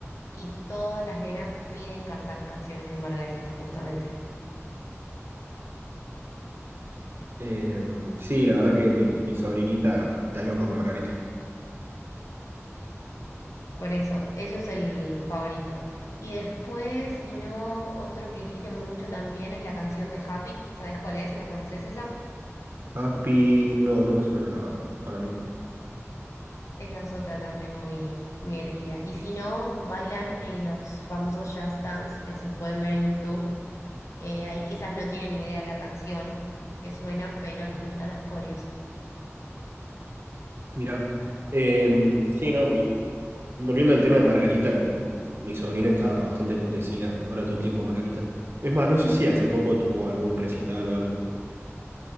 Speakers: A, on the left (about 75°); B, on the right (about 50°).
A: y todas las nenas piden cantar canciones de Margarita, justamente.
B: Eh, sí, la verdad que mi, mi sobrinita está loca con Margarita.
A: Por eso, eso es el favorito. Y después, si no, otro que eligen mucho también es la canción de Happy. ¿Sabes cuál es? ¿La conoces esa?
B: Happy, no, no me suena la verdad, ahora mismo.
A: Esa es otra también muy, muy elegida. Y si no, bailan eh, los famosos Just Dance que se pueden ver en YouTube. Eh, ahí quizás no tienen idea de la canción que suena, pero les gustan las coreos.
B: Mirá. Eh, sí, no, mi, Volviendo al tema de Margarita, mi, mi sobrina está bastante enloquecida ahora todo el tiempo, Margarita. Es más, no sé si hace poco tuvo algún recital o algo.